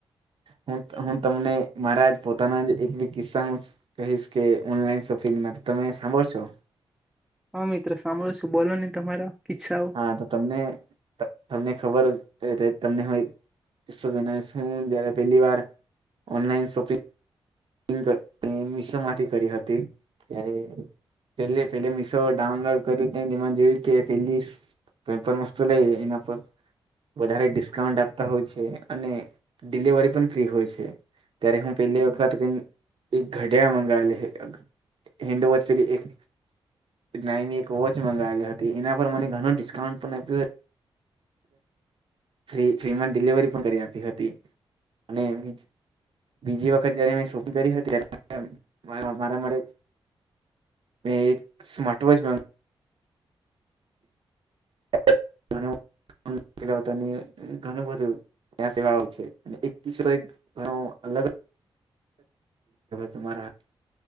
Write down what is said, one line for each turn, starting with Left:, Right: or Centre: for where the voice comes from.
Right: હ હું તમને મારા જ પોતાના જ એક બે કિસ્સાઓ શા કહીશ કે ઓનલાઈન શોપિંગમાં તો તમે સાંભળશો?
Centre: હા મિત્ર સાંભળશુ. બોલો ને તમારા કિચ્છાઓ
Right: હા તો તમને તમને ખબર જ તમને હ કિસ્સો જણાવીશ હું જયારે પહેલીવાર ઓનલાઈન શોપિંગ પિંગ મેં મિશોમાંથી કરી હતી ત્યારે પેલે પેલે મીશો ડાઉનલોડ કર્યું તય તે જોયું કે પેલી સ્સસ કંઈ પણ વસ્તુ લઈએ એના પર વધારે ડિસ્કાઉન્ટ આપતા હોય છે અને ડિલિવરી પણ ફ્રી હોય છે. ત્યારે હું પેલી વખ રાત્રે એક ઘડીયાળ મંગાવેલી અઅઅ હેન્ડવૉચ એક નાની એક વોચ મંગાવેલી હતી એના પર મને ઘણું ડિસ્કાઉન્ટ પણ આપ્યું ફ્રી ફ્રીમાં ડિલિવરી પણ કરી આપી હતી અને એ બીજી વખત જયારે મેં શોપિંગ કરી હતી ત્યારે મારા માટે મે એક સ્માટવૉચ <unintelligible> ઘણું બધું ત્યાં સેવા હોય છે અને એક કિસ્સો એક ઘણો અલગ તમારા